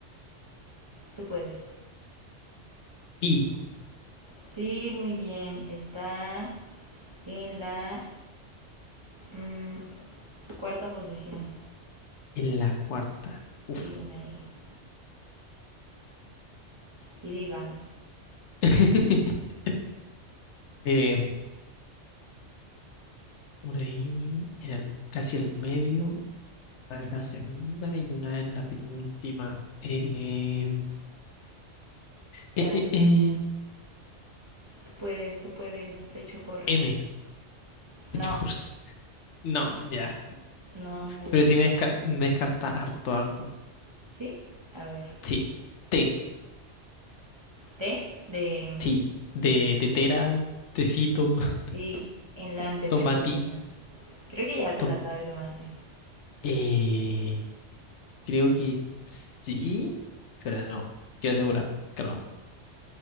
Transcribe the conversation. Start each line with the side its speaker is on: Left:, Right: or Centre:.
Right: Tú puedes.
Left: I.
Right: Sí, muy bien. Está en la mm, cuarta posición.
Left: En la cuarta. Uf.
Right: Sí, una E. I. Y de Ivana.
Left: <laughs> Eh, una I en el, casi el medio. Una en la segunda y una en la penúltima. Eh, eh,
Right: Dale.
Left: eh, eh,
Right: Tú puedes, tú puedes. Te echo porras.
Left: M. De
Right: No,
Left: hecho, por No, ya.
Right: no, no hay
Left: Pero
Right: M.
Left: sí me, descar- me descarta harto, harto.
Right: ¿Sí? A ver.
Left: Sí. Té.
Right: T de...
Left: Sí. De tetera, tecito, <laughs>
Right: Sí, en la antepenúltima.
Left: tomatito.
Right: Creo que ya te
Left: tom-
Right: la sabes de más, ¿eh?
Left: Eh, creo que sí. Pero no. Quiero asegurarme. Calmado.